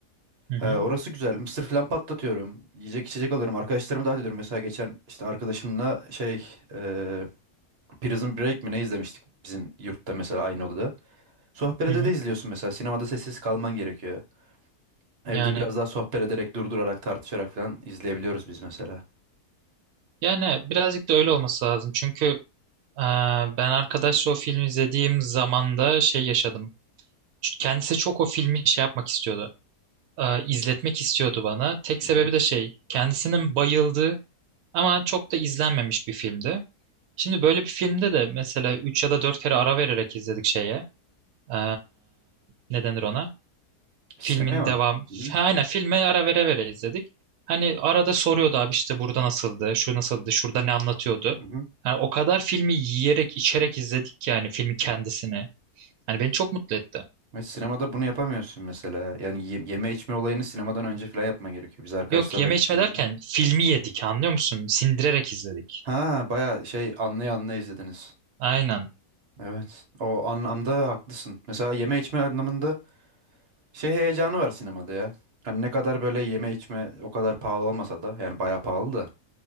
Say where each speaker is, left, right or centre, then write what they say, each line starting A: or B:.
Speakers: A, on the right; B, on the right.
A: Hı hı.
B: Ee, orası güzel. Mısır falan patlatıyorum. Yiyecek içecek alıyorum. Arkadaşlarımı davet ediyorum. Mesela geçen işte arkadaşımla şey e, Prison Break mi ne izlemiştik bizim yurtta mesela aynı odada. Sohbetede
A: Hı hı.
B: de izliyorsun mesela. Sinemada sessiz kalman gerekiyor. Evde
A: Yani
B: biraz daha sohbet ederek, durdurarak, tartışarak falan izleyebiliyoruz biz mesela.
A: yani birazcık da öyle olması lazım. Çünkü e, ben arkadaşla o filmi izlediğim zamanda şey yaşadım. Çünkü Kendisi çok o filmi şey yapmak istiyordu. E, izletmek istiyordu bana. Tek
B: Hı-hı.
A: sebebi de şey, kendisinin bayıldığı ama çok da izlenmemiş bir filmdi. Şimdi böyle bir filmde de mesela 3 ya da 4 kere ara vererek izledik şeye. E, ne denir ona?
B: Sinemaya
A: Filmin
B: mı?
A: devam.
B: Hı-hı.
A: Ha, Aynen filme ara vere vere izledik. Hani arada soruyordu abi işte burada nasıldı, şu nasıldı, şurada ne anlatıyordu.
B: Hı-hı.
A: Hani o kadar filmi yiyerek içerek izledik ki yani filmi kendisini. Hani beni çok mutlu etti.
B: Ve sinemada bunu yapamıyorsun mesela. Yani ye- yeme içme olayını sinemadan önce falan yapman gerekiyor. Biz arkadaşlarla
A: Yok yeme
B: gittiğimizde.
A: içme derken filmi yedik anlıyor musun? Sindirerek izledik.
B: Ha, bayağı şey anlaya anlaya izlediniz.
A: Aynen.
B: Evet. O anlamda haklısın. Mesela yeme içme anlamında şey heyecanı var sinemada ya. Hani ne kadar böyle yeme içme o kadar pahalı olmasa da yani bayağı pahalı da